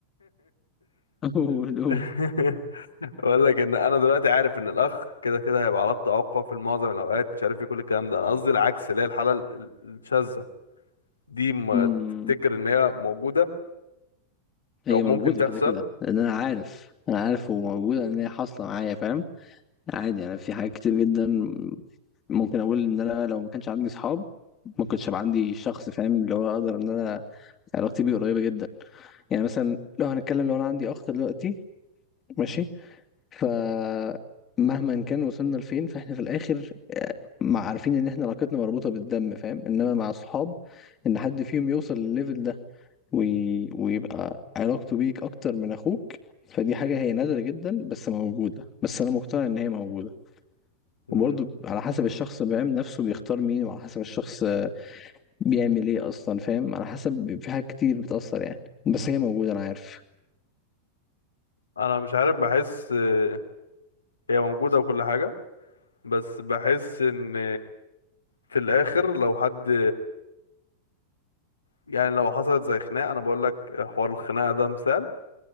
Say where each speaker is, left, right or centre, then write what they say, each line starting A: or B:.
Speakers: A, on the left; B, on the left.
A: <laughs> قول
B: <laughs>
A: قول
B: بقول لك ان انا دلوقتي عارف ان الاخ كده كده هيبقى علاقته اقوى في معظم الاوقات مش عارف ايه كل الكلام ده انا قصدي العكس اللي هي الحاله ال- ال- الشاذه دي ما
A: أمم،
B: تفتكر ان هي موجوده
A: هي
B: او
A: موجوده
B: ممكن تحصل
A: كده كده لان انا عارف انا عارف هو موجوده ان هي حاصله معايا فاهم عادي انا في حاجات كتير جدا ممكن اقول ان انا لو ما كانش عندي اصحاب ما كنتش هبقى عندي شخص فاهم اللي هو اقدر ان انا علاقتي بيه قريبه جدا يعني مثلا لو هنتكلم لو انا عندي اخ دلوقتي ماشي فمهما كان وصلنا لفين فاحنا في الاخر آه، مع عارفين ان احنا علاقتنا مربوطة بالدم فاهم انما مع الصحاب ان حد فيهم يوصل للليفل ده وي... ويبقى علاقته بيك اكتر من اخوك فدي حاجة هي نادرة جدا بس موجودة بس انا مقتنع ان هي موجودة
B: مم.
A: وبرضه على حسب الشخص بيعمل نفسه بيختار مين وعلى حسب الشخص بيعمل ايه اصلا فاهم على حسب في حاجات كتير بتأثر يعني بس هي موجودة انا عارف
B: انا مش عارف بحس آه، هي موجوده وكل حاجه بس بحس ان في الاخر لو حد يعني لو حصلت زي خناقه انا بقول لك حوار الخناقه ده مثال